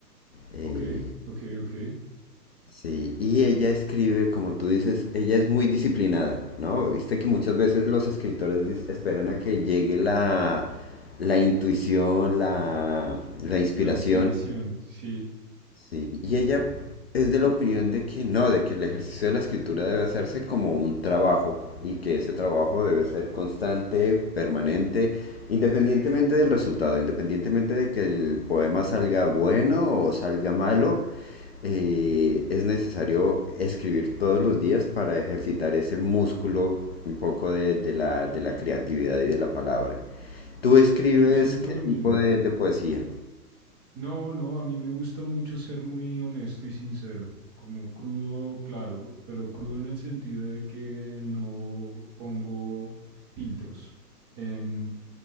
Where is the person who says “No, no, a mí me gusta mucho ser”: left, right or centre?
Right